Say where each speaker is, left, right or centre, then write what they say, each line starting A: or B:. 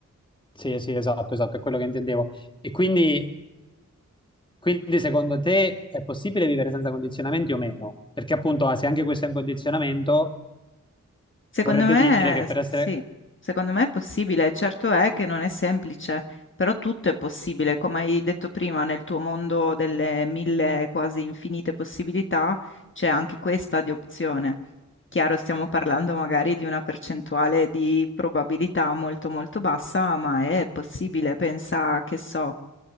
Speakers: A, on the left; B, on the left.
A: Sì, sì, esatto, esatto, è quello che intendevo. E quindi Quindi secondo te è possibile vivere senza condizionamenti o meno? Perché appunto, ah, se anche questo è un condizionamento,
B: Secondo
A: vorrebbe
B: me,
A: dire che per essere...
B: sì, secondo me è possibile. Certo è che non è semplice, però tutto è possibile. Come hai detto prima, nel tuo mondo delle mille quasi infinite possibilità c'è anche questa di opzione. Chiaro, stiamo parlando magari di una percentuale di probabilità molto molto bassa, ma è possibile. Pensa, che so